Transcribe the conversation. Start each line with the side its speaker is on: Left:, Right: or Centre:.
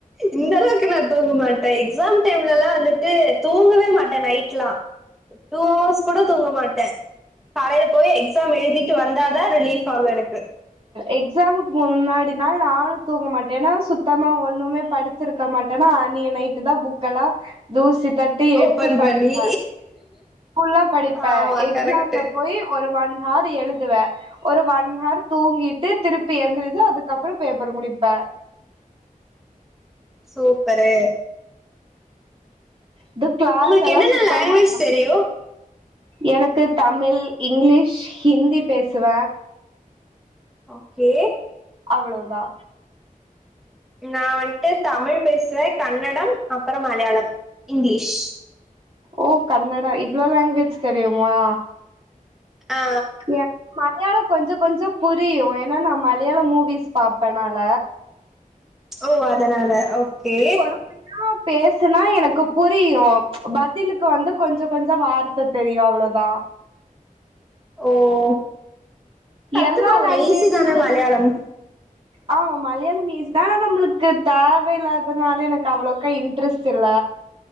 Centre: இந்த அளவுக்கு நா தூங்க மாட்டே எக்ஸாம் டைம்லல்லா வந்துட்டு தூங்கவே மாட்டே நைட் லா டூ ஹவர்ஸ் கூட தூங்க மாட்ட காலையில போய் எக்ஸாம் எழுதிட்டு வந்தா தா ரிலீஃப் ஆகும் எனக்கு
Right: எக்ஸாமுக்கு முன்னாடி நாள் நானு தூங்க மாட்டே ஏன்னா சுத்தமா ஒண்ணுமே படி சிருக்க மாட்டேன்னா அன்னிய நைட்டு தா புக்க எல்லா தூசி தட்டி எடுத்து
Centre: ஓபன்
Right: படிப்ப
Centre: பண்ணி
Right: லா படிப்ப
Centre: ஆமா
Right: எக்ஸாம்ல
Centre: கரெக்ட்டு
Right: போய் ஒரு ஒன் ஹர் எழுதுவே ஒரு ஒன் ஹவர் தூங்கிட்டு திருப்பி எழுந்ருச்சு அதுக்கப்புற பேப்பர் முடிப்பே
Centre: சூப்பரு
Right: இது கிளாஸ்
Centre: உங்களுக்கு
Right: எல்லா
Centre: என்னென்ன
Right: சுத்தமா
Centre: லாங்குவேஜ் தெரியு
Right: எனக்கு தமிழ் இங்கிலீஷ் ஹிந்தி பேசுவ
Centre: ஓகே
Right: அவ்வளவுதா
Centre: நா வந்ட்டு தமிழ் பேசுவ கன்னடம் அப்புறம் மலையாளம் இங்கிலீஷ்
Right: ஓ கன்னடா இவ்ளவு லாங்வேஜ் தெரியுமா
Centre: ஆ
Right: எஸ் மலையாளம் கொஞ்ச கொஞ்ச புரியும் ஏனா நா மலையாளம் மூவிஸ் பாப்பேனால
Centre: ஓ அதனால ஓகே
Right: பொறுமையா பேசுனா எனக்கு புரியும் பதிலுக்கு வந்து கொஞ்ச கொஞ்ச வார்த்த தெரியும் அவ்ளோதா
Centre: ஓ கத்துக்கோங்க
Right: எல்லா லாங்குவேஜ்ல
Centre: ஈஸி தான மலயாளம்
Right: ஆமா மலயாளம் ஈசி தா ஆனா நம்மளுக்கு தேவயில்லாதனால எனக்கு அவ்ளோக்க டிரெஸ்ட் இல்ல